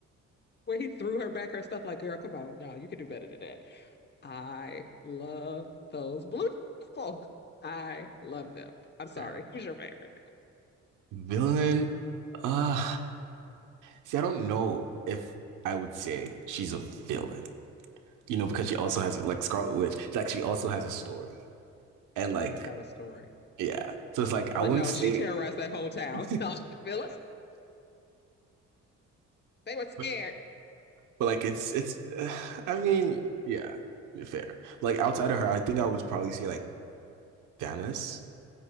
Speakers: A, on the left; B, on the right.
A: when he threw her back her stuff, like, girl, come on, no, you can do better than that. I love those blue people. I love them. I'm sorry.
B: <laughs> Fair.
A: Who's your favorite?
B: Villain? Uh, see, I don't know if I would say she's a villain, you know, because she also has like Scarlet Witch, like she also has a story. And
A: He
B: like,
A: does have a story.
B: yeah. So it's like
A: But
B: I wouldn't
A: no,
B: say
A: she terrorized that whole town.
B: <laughs>
A: <laughs> No, she- they were scared.
B: but, but like it's it's uh, I mean, yeah, fair. Like outside of her, I think I would probably say like Thanos,